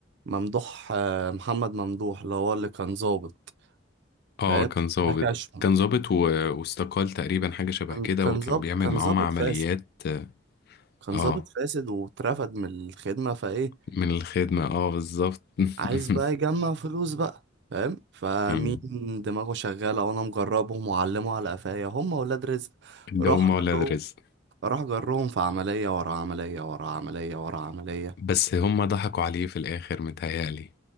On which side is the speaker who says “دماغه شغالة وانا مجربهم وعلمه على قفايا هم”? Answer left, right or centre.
Right